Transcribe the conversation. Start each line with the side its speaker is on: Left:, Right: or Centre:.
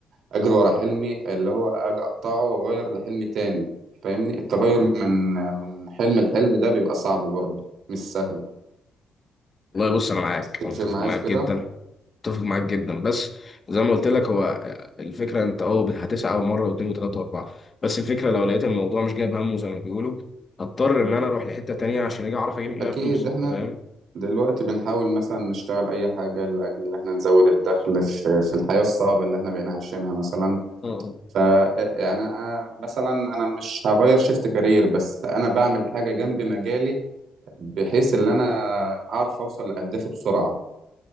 Right: اجري ورا حلمي اللي هو اجي اقطعه واغير لحلم تاني فاهمني التغير من من حلم لحلم ده بيبقى صعب برضه مش سهل
Left: والله بص انا معاك
Right: تتفق
Left: أنا متفق
Right: معايا
Left: معاك
Right: في كده
Left: جدا اتفق معاك جدا بس زي ما قلت لك هو الفكره انت اه هتسعى مره واثنين وثلاثه واربعه بس الفكره لو لقيت الموضوع مش جايب همه زي ما بيقولوا هضطر ان انا اروح لحته تانيه عشان اجي اعرف اجيب منها
Right: اكيد
Left: فلوس
Right: احنا
Left: أنت فاهم؟
Right: دلوقتي بنحاول مثلا نشتغل اي حاجه لاجل ان احنا نزود الدخل في في الحياه الصعبه اللي احنا بقينا عايشينها مثلا
Left: اه
Right: ف يعني أنا مثلا انا مش هغير شيفت كارير بس انا بعمل حاجه جنب مجالي بحيث ان انا اعرف اوصل لاهدافي بسرعه